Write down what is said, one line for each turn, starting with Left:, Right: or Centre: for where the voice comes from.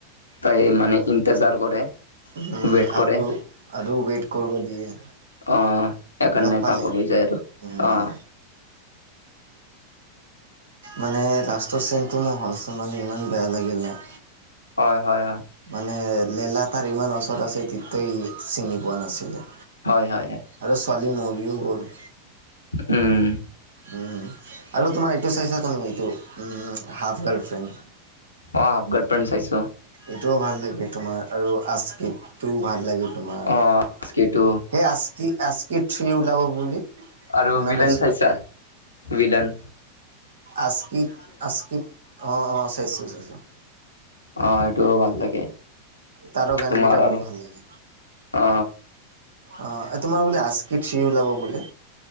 Left: তাই মানে ইন্তেজাৰ কৰে।
Right: উম!
Left: ৱেইট কৰে
Right: আৰু আৰু ৱেট কৰিব দিয়ে।
Left: অ, সেইকাৰণে
Right: লগ পালে
Left: পাগল হৈ যায় আৰু
Right: উম
Left: অ।
Right: মানে, লাষ্টৰ চিনটো মই হ'লচ মানে ইমান বেয়া লাগিল ন।
Left: হয়, হয়, হয়।
Right: মানে, লেলা তাৰ ইমান ওচৰত আছে তেতিয়াও চিনি পোৱা নাছিলে।
Left: হয় হয় হয়
Right: আৰু ছোৱালী মৰিও গ'ল।
Left: উম!
Right: উম, আৰু তোমাৰ এইটো চাইছা তুমি এইটো হাফ গাৰ্লফ্ৰেণ্ড?
Left: অ, হাফ গাৰ্লফ্ৰেণ্ড চাইছো।
Right: এইটোও ভাল লাগে তোমাৰ, আৰু আস্কিতটোও ভাল লাগে তোমাৰ।
Left: অ
Right: সেই
Left: সেইটো
Right: আস্কি, আস্কি থ্ৰী ওলাব বুলি
Left: আৰু
Right: শুনা
Left: ভিলন
Right: পাইছো
Left: চাইছা? ভিলন!
Right: আস্কিত, আস্কিত অ' অ' চাইছোঁ চাইছোঁ।
Left: অ, এইটোও ভাল লাগে।
Right: তাৰো, গানকেইটা
Left: তোমাৰ আৰু
Right: বহুত ভাল লাগে।
Left: অ
Right: অ' তোমাৰ বোলে আস্কি থ্ৰী ওলাব বোলে?